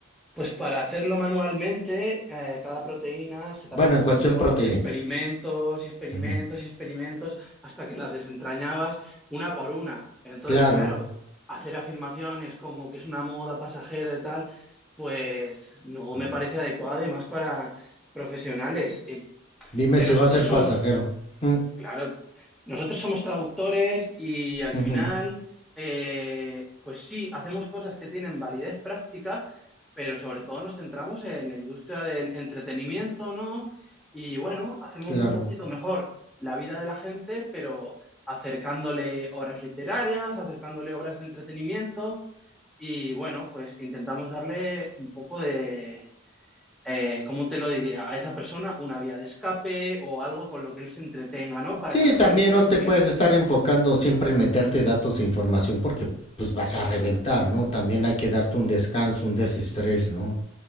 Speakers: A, in the centre; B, on the left.
A: Pues para hacerlo manualmente, eh, cada proteína se tardaba
B: Bueno, en
A: un
B: cuestión
A: montón,
B: proteínica.
A: experimentos y experimentos
B: Ujú.
A: y experimentos hasta que las desentrañabas una por una. Entonces,
B: Claro.
A: claro, hacer afirmaciones como que es una moda pasajera y tal, pues no
B: Mm.
A: me parece adecuado y más para profesionales. Eh,
B: Dime
A: que nosotros
B: si va a ser
A: somos,
B: pasajero. Mm,
A: Claro, nosotros somos traductores y al
B: ujú,
A: final, eh, pues sí, hacemos cosas que tienen validez práctica, pero sobre todo nos centramos en la industria del entretenimiento, ¿no? Y bueno, hacemos
B: claro.
A: un poquito mejor la vida de la gente, pero acercándole obras literarias, acercándole obras de entretenimiento y bueno, pues intentamos darle un poco de, eh, ¿cómo te lo diría? A esa persona una vía de escape o algo con lo que él se entretenga, ¿no? Para
B: Sí,
A: que mejore
B: también
A: un poco
B: no
A: su
B: te
A: vida.
B: puedes estar enfocando siempre en meterte datos e información porque pues vas a reventar, ¿no? También hay que darte un descanso, un desestrés, ¿no?